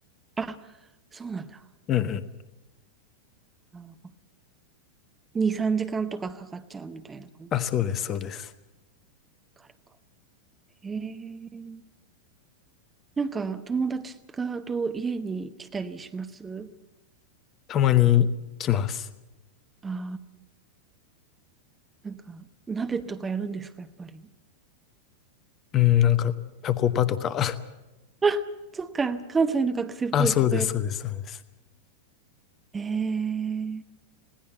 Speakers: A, on the right; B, on the left.
A: あ、そうなんだ。
B: うんうん。
A: あ2、3時間とかかかっちゃうみたいな感じですね。
B: あ、そうです、そうです。
A: 軽くへえ。なんか友達がと家に来たりします
B: たまに来ます。
A: ああー、なんか鍋とかやるんですか、やっぱり。
B: うん、なんか、タコパとか。<laughs>
A: あ、そっか、関西の学生っぽいとこや
B: あ、そうです、そうです、そうです。
A: えー